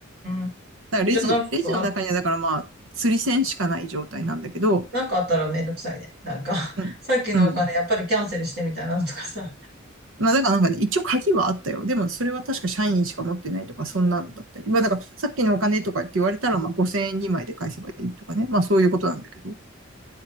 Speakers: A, on the right; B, on the right.
A: ん。
B: だからレジ、
A: じゃあなんか、
B: レジの中にはだからまあ、釣り銭しかない状態なんだけど、
A: なんかあったらめんどくさいね。なんか、<laughs>
B: うん、
A: さっきのお金やっぱりキャンセルしてみたいなのとかさ。
B: うん。まあだからなんかね、一応鍵はあったよ。でもそれは確か社員しか持ってないとか、そんなんだったり。まあだからさっきのお金とかって言われたら、まあ5000円2枚で返せばいいとかね。まあそういうことなんだけど。